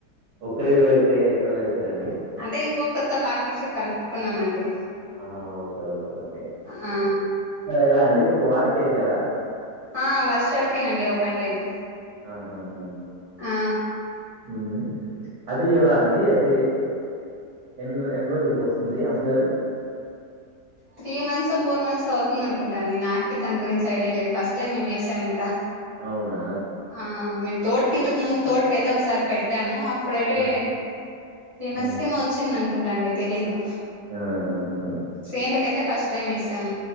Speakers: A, on the right; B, on the left.
A: ఒక్కరు ఇరవై కే ఎకరాలు వేసారండి
B: అంటే ఇంకొకరితో పార్ట్నర్షిప్ కలుపుకున్నామండి
A: ఆ ఓకే ఓకే ఓకే
B: ఆ
A: ఎలా అండి చూ వానకి వసారా
B: ఆ వర్షాలకేనండి అవి పండేది
A: ఆహాహా
B: ఆ
A: ఉమ్ అది ఎలా అండి అది ఎన్నిరా ఎన్ని రోజులకి వస్తుంది ఆమ్మదేల
B: త్రీ మంత్స్ ఓ ఫోర్ మంత్స్ ఓ అవుతుంది అనుకుంటాండీ నాకి దాని గురించి ఐడియా లేదు ఫస్ట్ టైం మేము వేసాం ఇంకా
A: అవునా
B: ఆ మేము తోటకింతకు ముందు తోటకైతే ఒకసారి పెట్టాము అప్పుడైతే
A: ఆ!
B: త్రీ మంత్స్
A: ఆ!
B: కెమో వచ్చిందనుకుంటా అండి తెలీదు
A: ఆ ఉహూ
B: సేన్లకైతే ఫస్ట్ టైమ్ వేసాం